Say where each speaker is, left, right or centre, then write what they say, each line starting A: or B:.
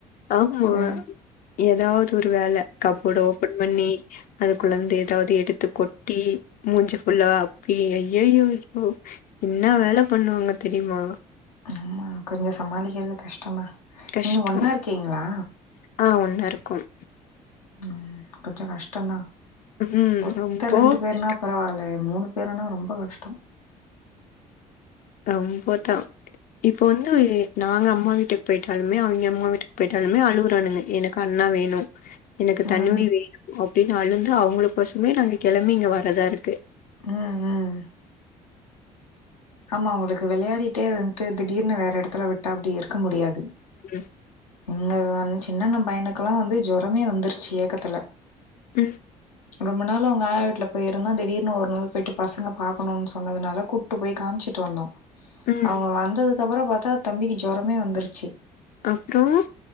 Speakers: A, on the left; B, on the left.
A: ஆமா
B: அ
A: ஏதாவது ஒரு வேல கப்போர்ட ஓபன் பண்ணி அது குள்ள ஏதாவது எடுத்து கொட்டி மூஞ்சு ஃபுள்ள அப்பி ஐயையோ யோ என்ன வேல பண்ணுவாங்க தெரியுமா
B: ஆமா கொஞ்ச சமாளிக்கிறது கஷ்டம் தான்
A: கஷ்டோ
B: நீங்க ஒன்னா இருக்கீங்களா
A: ஆ ஒன்னா இருக்கோம்
B: ம் கொஞ்ச கஷ்டம் தான்
A: ம்
B: ஒத்த
A: ரொம்ப
B: ரெண்டு பேருனா
A: கஷ்டோ
B: பரவாயில்ல மூணு பேருனா ரொம்ப கஷ்டம்
A: ரொம்பதா இப்ப வந்து நாங்க அம்மா வீட்டுக்கு போயிட்டாலுமே அவங்க அம்மா வீட்டுக்கு போயிட்டாலுமே அழுவரானுங்க என கண்ணா வேணு எனக்கு தணுவி
B: ம்
A: வேணும் அப்டின்னு அழுந்து அவங்களுக்கு பசமே நாங்க கிளம்ப இங்க வர்தா இருக்கு
B: ம் ம் ஆமா அவங்களுக்கு வெளையாடிட்டே இருந்துட்டு திடீர்னு வேற இடத்துல விட்டா அப்டி இருக்க முடியாது
A: ம்
B: எங்க சின்ன அண்ணா பையனுக்கெல்லாம் வந்து ஜெரமே வந்துருச்சு ஏக்கத்துல
A: ம்
B: ரொம்ப நாள் அவங்க ஆயா வீட்ல போய இருந்தா திடீர்னு ஒரு நாள் போயிட்டு பசங்க பாக்கணும்னு சொன்னதுனால கூட்டு போய் காமிச்சுட்டு வந்தோம்
A: ம்
B: அவங்க வந்ததுக்கு அப்பறம் பாத்தா தம்பிக்கு ஜெரமே வந்துருச்சு
A: அப்றோம்